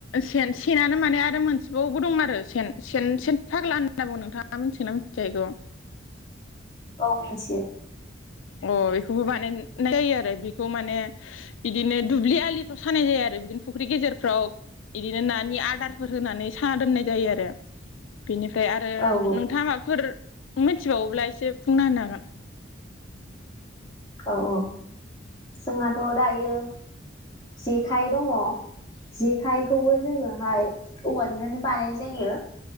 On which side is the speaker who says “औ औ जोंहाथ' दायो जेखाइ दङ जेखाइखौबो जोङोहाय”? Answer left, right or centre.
Left